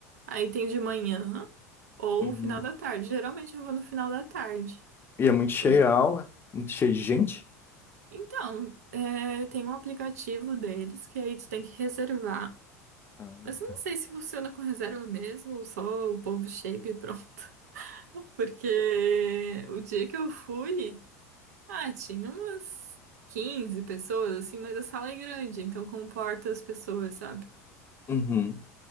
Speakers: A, on the right; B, on the left.
A: Aí tem de manhã ou
B: Uhum.
A: final da tarde. Geralmente eu vou no final da tarde.
B: E é muito cheia
A: Por-
B: a aula, muito cheia de gente?
A: Então, é, tem um aplicativo deles que aí tu tem que reservar.
B: Ah,
A: Mas eu
B: tá.
A: não sei se funciona com reserva mesmo, ou só o povo chega e pronto. <laughs> Porque o dia que eu fui, ah, tinha umas 15 pessoas, assim, mas a sala é grande, então comporta as pessoas, sabe?
B: Uhum.